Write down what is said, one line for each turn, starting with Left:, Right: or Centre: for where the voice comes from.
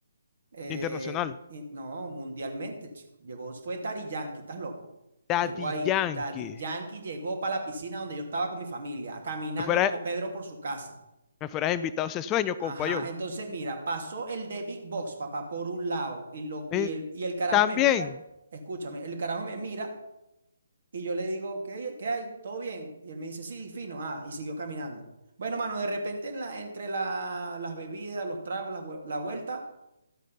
Right: eh,
Left: Internacional.
Right: y- no, mundialmente, chico. Llegó, fue Daddy Yankee, ¿estás loco?
Left: Daddy
Right: Llegó ahí.
Left: Yankee.
Right: Daddy Yankee llegó para la piscina donde yo estaba con mi familia, caminando
Left: Me fueras,
Right: como Pedro por su casa.
Left: me fueras invitado a ese sueño, compa,
Right: Ajá,
Left: yo.
Right: entonces mira, pasó el de Big Box, papá, por un lado, y, lo,
Left: "Eh,
Right: y, el, y el carajo
Left: también.
Right: me mira, escúchame, el carajo me mira Y yo le digo, ¿qué, qué hay? ¿Todo bien? Y él me dice, sí, fino. Ah, y siguió caminando. Bueno, mano, de repente en la, entre la- las bebidas, los tragos, la, vue- la vuelta,